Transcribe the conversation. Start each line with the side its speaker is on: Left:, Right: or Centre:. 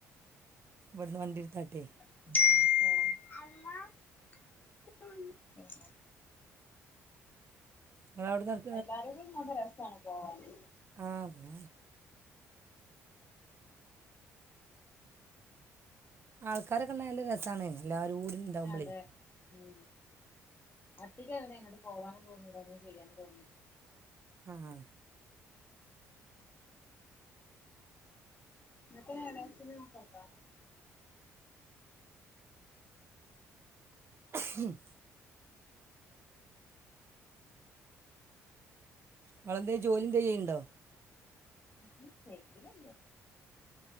Right: വെട്ന്ന് വണ്ടിട് താട്ടേ
Left: അഹ്
Right: നിങ്ങളവിട്ന്ന്
Left: എല്ലാരും കൂടിണ്ടാഉമ്പ രസണ് പോവാന്
Right: ആഹ് ആൾക്കാരൊക്കെണ്ടായാല്ല രസണ് എല്ലരും കൂടി ഉണ്ടാവുമ്പോഴേ
Left: അതെ ഉം അധികങ്ങനെ അങ്ങട്ട് പോവാനും തോന്നൂല <unintelligible>
Right: ആഹ്
Left: <unintelligible>
Right: ഹും ങ്ങളെന്തേ ജോലിന്തെ ചെയ്യുണ്ടോ
Left: <unintelligible>